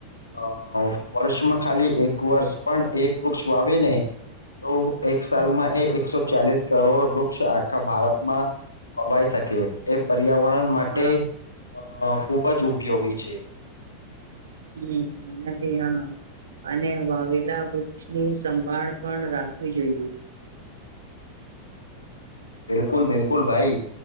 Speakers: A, on the left; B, on the right.
A: અ વર્ષમાં ખાલી એક વર્ષ પણ એક વૃક્ષ વાવે ને તો એક સાલમાં
B: હમ
A: એ એકસો ચાલીસ કરોડ વૃક્ષ આખા ભારતમા વવાઈ શકે એ પર્યાવરણ માટે
B: હા
A: અ ખૂબ જ ઉપયોગી છે.
B: હમ એનાદી હા અને વાવેલા વૃક્ષની સંભાળ પણ રાખવી જોઈએ.
A: બિલકુલ બિલકુલ ભાઈ